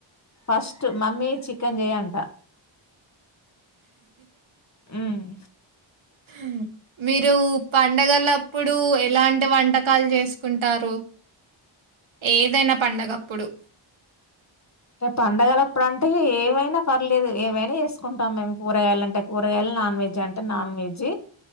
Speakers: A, on the left; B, on the right.
A: ఫస్ట్ మమ్మీ చికెన్ చెయ్ అంట మ్మ్
B: మ్మ్ మీరు పండగలప్పుడు ఎలాంటి వంటకాలు చేసుకుంటారు ఏదైనా పండగప్పుడు
A: అంటే పండగల అప్పుడు అంటే ఏమైనా పర్లేదు ఏమైనా చేసుకుంటాం మేము కూరగాయలు అంటే కూరగాయలు నాన్ వెజ్ అంటే నాన్ వెజ్